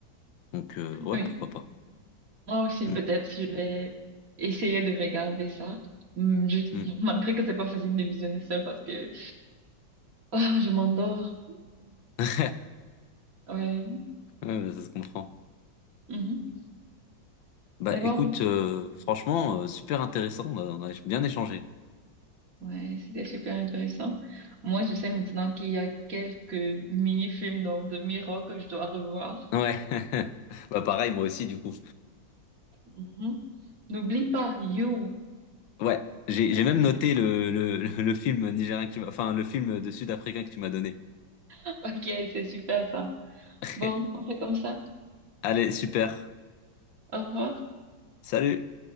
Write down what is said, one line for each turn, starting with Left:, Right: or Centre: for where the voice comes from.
Left: Donc euh, ouais,
Right: Oui.
Left: pourquoi pas.
Right: Moi aussi,
Left: Hmm.
Right: peut-être, je vais essayer de regarder ça. Hum, Je...
Left: Hmm.
Right: <laughs> Malgré que c'est pas facile de visionner seul parce que ah, je m'endors.
Left: <laughs>
Right: Ouais.
Left: Ouais, bah, ça se comprend.
Right: Mhm.
Left: Bah
Right: Mais bon,
Left: écoute, euh, franchement, euh, super intéressant, on a, on a bien échangé.
Right: ouais, c'était super intéressant. Moi, je sais maintenant qu'il y a quelques mini-films dans de Miro que je dois revoir.
Left: Ouais, <laughs> bah pareil, moi aussi du coup.
Right: Mhm. N'oublie pas, you.
Left: Ouais, j'ai
Right: Très
Left: j'ai même
Right: intéressant.
Left: noté le, le, <laughs> le le film nigérien que tu m'as, enfin le film de Sud-Africain que tu m'as donné.
Right: <laughs> Ok, c'est super ça.
Left: <laughs>
Right: Bon, on fait comme ça.
Left: Allez, super.
Right: Au revoir.
Left: Salut!